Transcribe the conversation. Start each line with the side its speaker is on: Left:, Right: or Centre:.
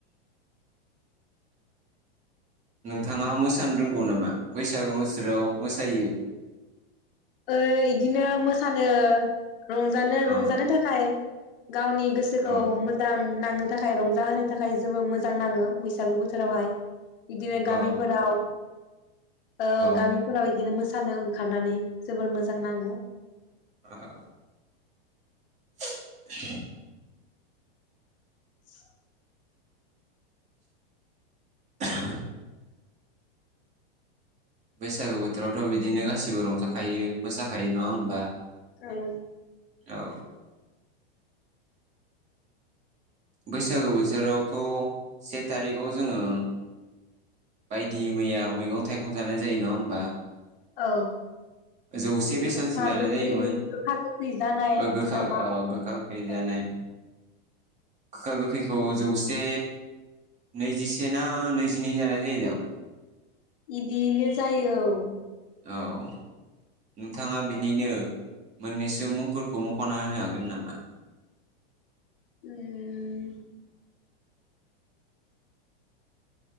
Right: नोंथाङा मोसानो रोंगौ नामा बैसागो बोसोराव मोसायो?
Left: ओ इदिनो मोसानो रंजानो
Right: अ
Left: रंजानो थाखाय गावनि गोसोखौ
Right: औ
Left: मोजां नांनो थाखाय रंजाहोनो थाखाय जेबो मोजां नाङो बैसागु बोथोरावहाय। बिदिनो गामिफोराव
Right: औ
Left: ओ
Right: औ
Left: गामिफोराव इदिनो मो सानो ओंखारनानै जोबोर मोजां नाङो
Right: औ <inaudible>
Left: <inaudible>
Right: <unintelligible> बैसागु बोथोरावथ' बिदिनो गासिबो रंजाखायो मोसाखायो नङा होमबा!
Left: औ
Right: औ बैसागो बोथोरावथ' से थारिखाव जोङो बायदि मैया मैगं थाइगं जानाय जायो नङा होमबा?
Left: औ
Right: जौसे बेसांसो
Left: गोखा
Right: जानाय
Left: गोखै
Right: जायोमोन
Left: गोखा गोखै जानाय
Right: ओ गोखा
Left: नामा
Right: औ गोखा गोखै जानाय
Left: ओं,
Right: गोखा गोखैखौ जौसे नैजिसे ना नैजिनै जानाय <unintelligible>
Left: इदिले जायो औ ।
Right: औ नोंथाङा बिनिनो मोननैसो मुंफोरखौ मख'ना होनो हागोन नामा?
Left: उम